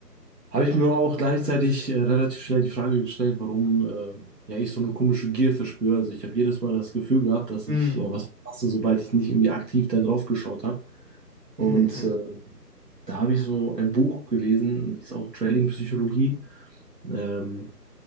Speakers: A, on the right; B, on the right.
A: habe ich mir auch gleichzeitig äh, relativ schnell die Frage gestellt, warum äh, ja ich so eine komische Gier verspüre. Also ich habe jedes Mal das Gefühl gehabt, dass
B: Hm.
A: ich äh, was verpasse, sobald ich nicht irgendwie aktiv da drauf geschaut habe. Und
B: Mhm. mhm.
A: äh, da habe ich so ein Buch gelesen, hieß auch Trading Psychologie. Ähm,